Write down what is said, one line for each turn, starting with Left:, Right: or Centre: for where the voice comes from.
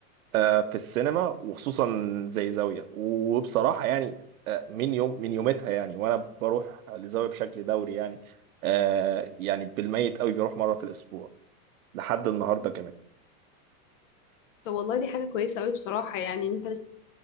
Right: آه، في السينما وخصوصا زي زاوية وبصراحة يعني آه، من يوم من يومتها يعني وانا بروح لزاوية بشكل دوري يعني آه، يعني بالميت قوي بيروح مرة في الاسبوع لحد النهاردة كمان
Left: طب والله دي حاجة كويسة أوي بصراحة يعني أنت